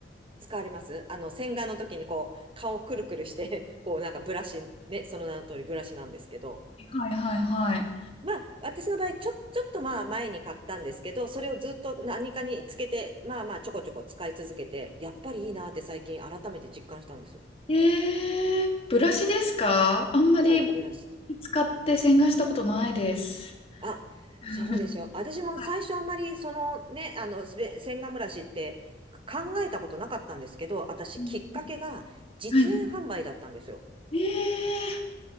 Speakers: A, on the right; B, on the left.
A: 使われますあの、洗顔の時にこう、顔をくるくるして、こう、なんかブラシ、ね、その名の通りブラシなんですけど、
B: はいはいはいは
A: まあ、私の場合、ちょ、ちょっとまあ前に買ったんですけど、それをずっと何かにつけて、まあまあちょこちょこ使い続けて、やっぱりいいなって最近改めて実感したんですよ。
B: い。えー、ブラシですかあんまり
A: そう、ブラシ。
B: 使って洗顔したことないです。
A: あ、
B: <laughs>
A: そうですよ。私も最初あんまり、
B: はい。
A: そのね、あの、すべ洗顔ブラシって考えたことなかったんですけど、私きっかけが実演販売だったんですよ。
B: うんうんはいえー、